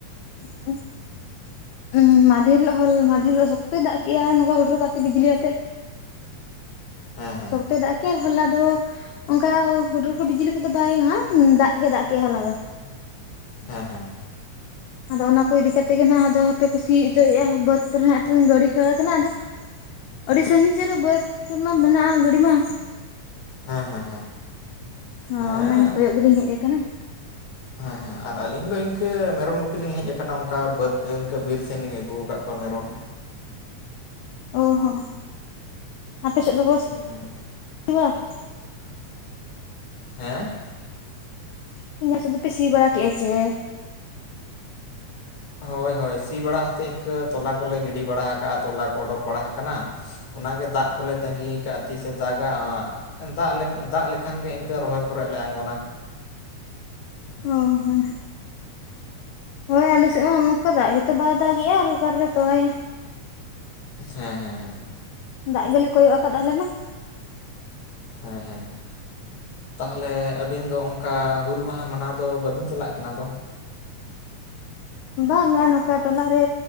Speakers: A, on the left; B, on the left.
A: <inaudible> ᱩᱸ ᱢᱟᱫᱷᱮᱨ ᱦᱤᱞᱳᱜ ᱦᱚ ᱢᱟᱫᱷᱮᱨ ᱦᱤᱞᱚᱜ ᱥᱚᱠᱛᱚᱭ ᱫᱟᱜ ᱠᱮᱜᱼᱟ ᱱᱚᱝᱠᱟ ᱦᱩᱴᱚᱨ ᱠᱟᱛᱮᱜ ᱵᱤᱡᱽᱞᱤ ᱟᱛᱮᱜ
B: ᱦᱮᱸ ᱦᱮᱸ
A: ᱥᱚᱠᱛᱚᱭ ᱫᱟᱜ ᱠᱮ ᱟᱨ ᱦᱚᱞᱟ ᱫᱚ ᱚᱱᱠᱟ ᱦᱩᱰᱩᱨ ᱠᱚ ᱵᱤᱡᱽᱞᱤ ᱠᱚᱫᱚ ᱵᱟᱭᱼᱟ ᱫᱟᱜ ᱜᱮ ᱫᱟᱜ ᱠᱮᱜᱼᱟᱭ ᱦᱚᱞᱟ ᱫᱚ
B: ᱦᱮᱸ ᱦᱮᱸ
A: ᱟᱫᱚ ᱚᱱᱟ ᱠᱚ ᱤᱫᱤ ᱠᱟᱛᱮᱜ ᱜᱮ ᱱᱟᱜ ᱟᱫᱚ ᱦᱟᱯᱮ ᱠᱚ ᱥᱤ ᱚᱪᱚᱭᱮᱜᱼᱟ ᱵᱟᱹᱫᱽ ᱨᱮ ᱜᱟᱹᱰᱤ ᱠᱷᱟᱹᱲ ᱟᱠᱟᱱᱟ ᱟᱫᱚ
B: <inaudible>
A: ᱟᱹᱰᱤ ᱥᱟᱺᱜᱤᱧ ᱥᱮᱫ‌ ᱨᱮ ᱵᱟᱹᱫᱽ ᱨᱮᱢᱟ ᱢᱮᱱᱟᱜᱼᱟ ᱜᱟᱹᱰᱤ ᱢᱟ
B: ᱦᱮᱸ ᱦᱮᱸ ᱦᱮᱸ
A: ᱦᱚᱸ
B: ᱦᱮᱸ
A: ᱚᱱᱟ ᱠᱚᱭᱚᱜ ᱜᱮᱞᱤᱧ ᱦᱮᱡ ᱟᱠᱟᱱᱟ
B: ᱦᱮᱸ ᱦᱮᱸ ᱟᱨ ᱟᱹᱞᱤᱧ ᱫᱚ ᱤᱱᱠᱟᱹ ᱢᱮᱨᱚᱢ ᱜᱩᱯᱤ ᱞᱤᱧ ᱦᱮᱡ ᱟᱠᱟᱱᱟ ᱚᱱᱠᱟ ᱵᱟᱹᱫᱽ ᱤᱱᱠᱟᱹ ᱵᱤᱨ ᱥᱮᱱ ᱞᱤᱧ ᱟᱹᱜᱩ ᱟᱠᱟᱫ ᱠᱚᱣᱟ ᱢᱮᱨᱚᱢ
A: ᱚ ᱦᱚᱸ ᱟᱯᱮ ᱥᱮᱫ ᱫᱚ
B: ᱦᱩᱸ ᱦᱩᱸ
A: <inaudible>
B: ᱦᱮᱸ
A: <unintelligible> ᱥᱮᱫ ᱫᱚᱯᱮ ᱥᱤ ᱵᱟᱲᱟ ᱠᱮᱫᱼᱟ ᱪᱮ
B: ᱦᱳᱭ ᱦᱳᱭ ᱥᱤ ᱵᱟᱲᱟ ᱠᱟᱛᱮᱫ ᱤᱱᱠᱟᱹ ᱛᱚᱞᱟ ᱠᱚᱞᱮ ᱜᱤᱰᱤ ᱵᱟᱲᱟ ᱟᱠᱟᱜ ᱛᱚᱞᱟ ᱠᱚ ᱚᱰᱚᱠ ᱵᱟᱲᱟ ᱟᱠᱟᱱᱟ ᱚᱱᱟᱜᱮ ᱫᱟᱜ ᱠᱚᱞᱮ ᱛᱟᱸᱜᱤᱭᱟ ᱠᱟᱫᱼᱟ ᱛᱤᱥᱮ ᱫᱟᱜᱟ ᱫᱟᱜ ᱞᱮᱱ ᱫᱟᱜ ᱞᱮᱠᱷᱟᱱ ᱜᱮ ᱤᱱᱠᱟᱹ ᱨᱚᱦᱚᱭ ᱠᱚᱨᱮᱜ ᱞᱮ ᱟᱬᱜᱚᱱᱟ
A: ᱚ ᱦᱚᱸ ᱦᱳᱭ ᱟᱞᱮᱥᱮᱫ ᱦᱚᱸ ᱚᱝᱠᱟ ᱫᱟᱜ ᱜᱮᱛᱚ ᱵᱟᱭ ᱫᱟᱜᱮᱜᱼᱟ ᱟᱨ ᱚᱠᱟᱨᱮᱞᱮ ᱛᱚᱞᱟᱭᱟ
B: ᱦᱮᱸ ᱦᱮᱸ ᱦᱮᱸ
A: ᱫᱟᱜ ᱜᱮᱞᱮ ᱠᱚᱭᱚᱜ ᱟᱠᱟᱫ ᱟᱞᱮ ᱢᱟ
B: ᱦᱮᱸ ᱦᱮᱸ ᱛᱟᱦᱚᱞᱮ ᱟᱹᱵᱤᱱ ᱫᱚ ᱚᱱᱠᱟ ᱦᱩᱞ ᱢᱟᱦᱟ ᱢᱟᱱᱟᱣ ᱫᱚ ᱵᱟᱹᱵᱤᱱ ᱪᱟᱞᱟᱜ ᱠᱟᱱᱟ ᱫᱚ
A: ᱵᱟᱝᱟ ᱱᱚᱝᱠᱟ ᱴᱚᱞᱟ ᱨᱮ